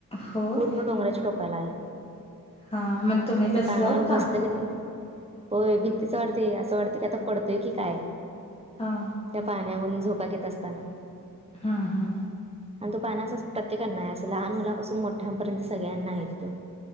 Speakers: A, on the left; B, on the right.
A: हो
B: पूर्ण डोंगराच्या टोकाला आहे.
A: हा मग तुम्ही
B: असं
A: बसला
B: पाळणावर
A: होता?
B: बसलं की नाही. होय, भीतीच वाटतेय. असं वाटते की आता पडतोय की काय.
A: हा.
B: त्या पाळण्यामधून झोका घेत असताना.
A: हा हा.
B: आणि तो पाळणा असं प्रत्येकांना आहे. असं लहान मुलापासून मोठ्यांपर्यंत सगळ्यांना आहे तिथं.